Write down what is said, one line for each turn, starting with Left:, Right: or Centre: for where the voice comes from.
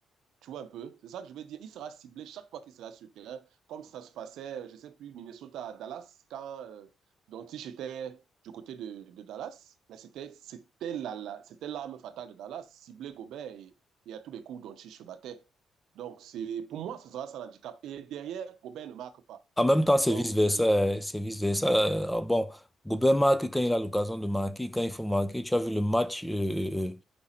Right: Tu vois un peu? C'est ça que je veux dire. Il sera ciblé chaque fois qu'il sera sur le terrain, comme ça se passait, euh, je sais plus, Minnesota à Dallas, quand euh, Doncic était du côté de, de Dallas. Mais c'était, c'était la, la- c'était l'arme fatale de Dallas, cibler Gobert et, et à tous les coups, Doncic se battait. Donc, c'est, pour moi, ce sera ça l'handicap. Et derrière, Gobert ne marque pas.
Centre: En même temps, c'est
Right: Donc,
Centre: vice-versa,
Right: euh,
Centre: hein, c'est vice-versa. euh, ah Bon, Gobert marque quand il a l'occasion de marquer, quand il faut marquer. Tu as vu le match, euh, euh, euh,